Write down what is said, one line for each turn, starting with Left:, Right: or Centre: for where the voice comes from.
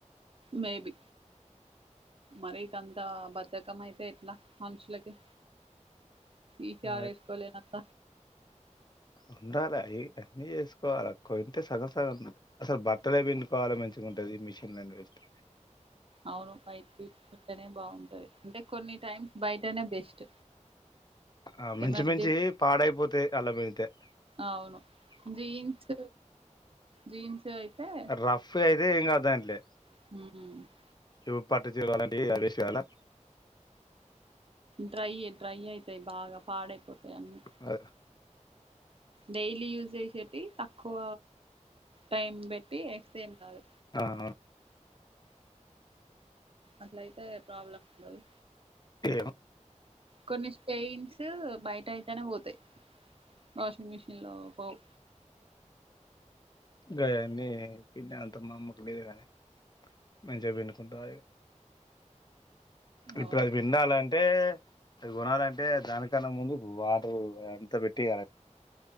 Right: మే బి మరికంత బద్దకం అయితే ఎట్లా మనుషులకి ఈ
Left: ఆ,
Right: కారేసుకోలేనంత
Left: ఉండాల అయి అన్ని ఏసుకోవాల కొంతే సగం సగం అసలు బర్టలే పిండుకోవాలి మంచిగా ఉంటది ఈ మిషన్ అనివెట్
Right: అవును బయట్ తీకుంటేనే బాగుంటది అంటే కొన్ని టైమ్స్ బైటనే బెస్ట్
Left: ఆ మంచి
Right: ఎమర్జెన్
Left: మంచి పాడైపోతాయి అల్ల <unintelligible>
Right: అవును జీన్స్ జీన్స్ అయితే
Left: రఫ్ అయితే ఇంగ దాంట్లే
Right: మ్మ్
Left: యు పట్టు చీర అలాంటియి ఆడేసేయ్యాలా
Right: డ్రై డ్రై అయితాయి బాగా పాడైపోతాయి అన్నీ
Left: అ
Right: డైలీ యూజ్ చేసేటియ్ తక్కువ టైం పెట్టి ఏస్తే ఏం గాదు
Left: ఆహా
Right: అట్లయితే ప్రాబ్లమ్ ఉండదు
Left: ఏమో
Right: కొన్ని స్టెయిన్స్ ట్టయితనే పోతయ్ వాషింగ్ మిషీన్ లో పోవు
Left: గయన్నీ పిండే అంత మా అమ్మకు లేదు గాని మంజా పిండుకుంటాయే
Right: అవును
Left: ఇప్పుడది పిండాలన్ టే అది గొణాలంటే దానికన్నా ముందు వాటర్ అంత పెట్టి